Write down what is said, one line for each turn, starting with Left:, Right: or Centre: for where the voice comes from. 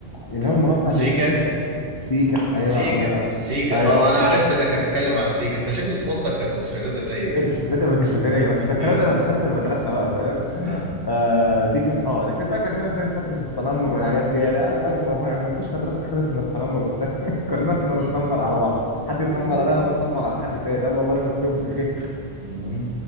Left: اللي هو المربع
Right: سيجا
Left: اللي بيترسم في- السيكا
Right: سيجا
Left: ايوه الله ينور
Right: السيجا
Left: ايوه
Right: طبعا انا عرفت انك هتتكلم على السيجا انت شكل طفولتك كانت متشردة زي كده
Left: التيشيرتات والتيشيرتات يا
Right: <laughs>
Left: جماعه بس ده الكلام ده لما دخلت المدرسه بقى فاهم
Right: اه
Left: آه دي كانت اه لكن بقى كان فيها فيها فتره التنمر والحاجات دي لا ما ما- ما فيش مدرسه خلت من التنمر بس <laughs> كلنا كنا
Right: مم.
Left: بنتنمر على بعض حد
Right: بالظبط
Left: يتنمر عليا وانا بتنمر على حد تاني يلا الله يمسيهم بالخير
Right: مم.